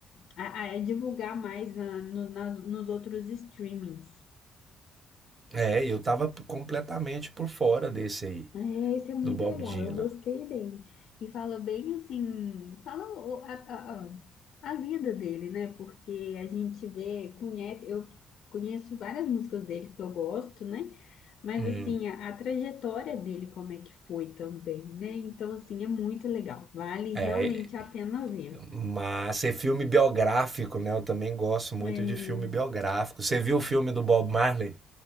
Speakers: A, on the left (about 60°); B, on the right (about 20°).
A: a, a divulgar mais na, no- nas- nos outros streamings.
B: É, eu tava completamente por fora desse aí,
A: É, isso é muito
B: do Bob
A: legal,
B: Dylan.
A: eu gostei bem. E fala bem assim, fala o- a, a, a a vida dele, né? Porque a gente vê, conhece, eu conheço várias músicas dele que eu gosto, né? Mas
B: Hum.
A: assim, a, a trajetória dele, como é que foi também, né? Então, assim, é muito legal. Vale realmente
B: É,
A: a pena ver.
B: mas é filme biográfico, né? Eu também gosto muito
A: É,
B: de filme biográfico. Você viu o filme do Bob Marley?